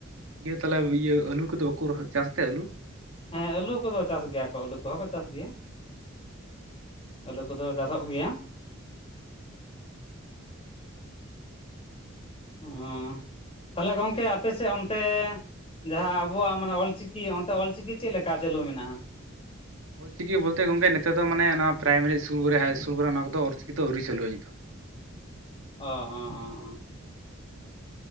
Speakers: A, on the right; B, on the left.
A: ᱤᱭᱟᱹ ᱛᱟᱞᱮ ᱤᱭᱟᱹ ᱟᱹᱞᱩ ᱠᱚᱫᱚ ᱵᱟᱝᱠᱚ ᱪᱟᱥ ᱛᱮ ᱟᱹᱞᱩ?
B: ᱦᱮᱸ ᱟᱹᱞᱩ ᱠᱚᱫᱚ ᱪᱟᱥ ᱜᱮᱭᱟ ᱠᱚ ᱟᱹᱞᱩ ᱠᱚᱦᱚᱸ ᱠᱚ ᱪᱟᱥ ᱜᱮᱭᱟ ᱾ ᱟᱞᱩ ᱠᱚᱫᱚ ᱪᱟᱥᱚᱜ ᱜᱮᱭᱟ ᱾ ᱚ ᱛᱟᱦᱞᱮ ᱜᱚᱢᱠᱮ ᱟᱯᱮ ᱥᱮᱫ ᱚᱱᱛᱮ ᱡᱟᱦᱟᱸ ᱟᱵᱚᱣᱟᱜ ᱢᱮ ᱚᱞᱪᱤᱠᱤ ᱚᱱᱛᱮ ᱚᱞᱪᱤᱠᱤ ᱪᱮᱫ ᱞᱮᱠᱟ ᱪᱟᱹᱞᱩ ᱢᱮᱱᱟᱜᱼᱟ ᱾
A: ᱚᱞᱪᱤᱠᱤ ᱵᱚᱞᱛᱮ ᱜᱚᱝᱠᱮ ᱱᱤᱛᱚᱜ ᱫᱚ ᱢᱟᱱᱮ ᱚᱱᱟ ᱯᱨᱟᱭᱢᱟᱨᱤ ᱤᱥᱠᱩᱞ ᱦᱟᱭ ᱤᱥᱠᱩᱞ ᱠᱚᱨᱮ ᱚᱱᱟ ᱠᱚᱫᱚ ᱚᱞᱪᱤᱠᱤ ᱫᱚ ᱟᱹᱣᱨᱤ ᱪᱟᱹᱞᱩᱜᱼᱟ ᱱᱤᱛᱚᱜ ᱾ <inaudible>
B: ᱦᱚᱸ